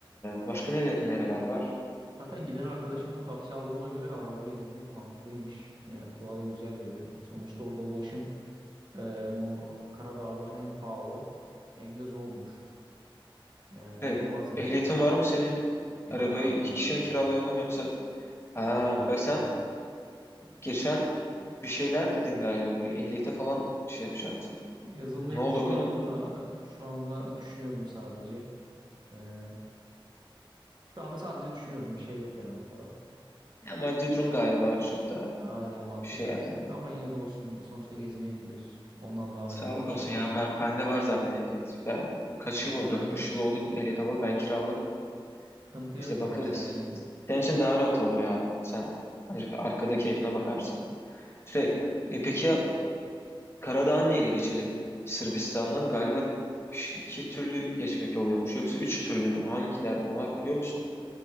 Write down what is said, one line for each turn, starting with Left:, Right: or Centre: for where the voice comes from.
Left: başka nere- nereler var?
Right: Zaten giden arkadaşımdan tavsiye aldığıma göre arabayla gezmek mantıklıymış. Yani kulağa da güzel geliyor. Sonuçta orada ulaşım e, Mo Karadağ'da hem pahalı hem de zormuş. Yani
Left: Hey,
Right: Euro bazındaymış.
Left: ehliyetin var mı senin?
Right: Yok
Left: Arabayı
Right: kanka
Left: iki kişi
Right: benim
Left: mi kiralayalım yoksa? Ha,
Right: benim ehliyetim
Left: ben sen geçen bir şeyler dedin galiba. Bir ehliyete falan şey yapacaktın.
Right: yazılmayı
Left: Ne oldu
Right: düşünüyorum
Left: o konu?
Right: da e, şu anda düşünüyorum sadece. E, şu anda sadece düşünüyorum. Bir şey yok yani ortada.
Left: Ya maddi durum galiba çok da
Right: Aynen maddi
Left: şey
Right: biraz
Left: yapmıyor.
Right: sıkıntı ama yine de olsun sonuçta gezmeye gidiyoruz. Ondan daha
Left: Sağlık
Right: önemli bir şey.
Left: olsun
Right: yok.
Left: ya ben bende var zaten ehliyet. Ben kaç yıl oldu?
Right: Ay,
Left: Dört beş yıl oldu ehliyet alalı ben kiralarım.
Right: sıkıntı
Left: İşte
Right: yok
Left: bakarız.
Right: ya senden.
Left: Senin için daha rahat olur ya. Sen ancak arkada keyfine bakarsın. Şey, e, peki ya Karadağ'ın neyle geçelim? Sırbistan'dan galiba ş- iki türlü geçmek oluyormuş. Yoksa üç türlü mü? Hangiler bunlar biliyor musun?